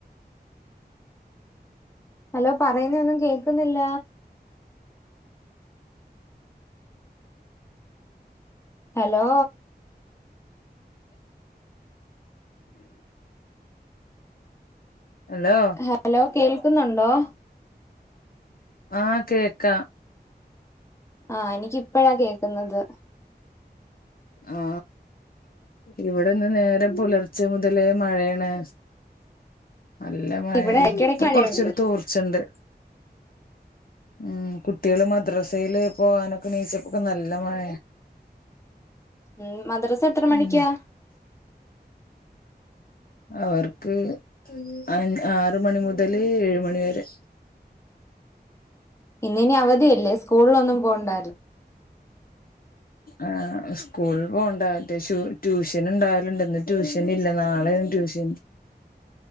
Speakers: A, on the left; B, on the left.
A: ഹലോ പറയുന്ന ഒന്നും കേക്കുന്നില്ല ഹലോ
B: ഹലോ
A: ഹലോ കേൾക്കുന്നുണ്ടോ
B: ആ കേക്ക
A: ആ എനിക്ക് ഇ പ്പോഴാ കേക്കുന്നത്
B: ആ ഇവിടെന്ന് നേരം പുലർച്ചെ മുതലേ മഴയാണ് നല്ല മഴ
A: ഇവിടെ ഇടയ്ക്കിടയ്ക്ക്
B: ഇപ്പൊ
A: മഴയുണ്ട്
B: കൊറച്ചൂരു തൂർച്ചുണ്ട് ഉം കുട്ട കുട്ടികള് മദ്രസയില് പോവാനൊക്കെ നീച്ചപ്പൊക്കെ നല്ല മഴ
A: ഉം മദ്രസ എത്ര
B: ഉം
A: മണിക്കാ
B: അവർക്ക് അ ആറു മണി മുതല് ഏഴ്‌ മണി വരെ
A: ഇന്നിനി അവധിയല്ലേ സ്കൂളിലൊന്നും പോകണ്ടാല്ലോ
B: ആ സ്കൂളിൽ പോണ്ട ട്യൂ ട്യൂഷനുണ്ടാലുണ്ട് ഇന്ന് ട്യൂഷൻ ഇല്ല നാളെയാണ് ട്യൂഷൻ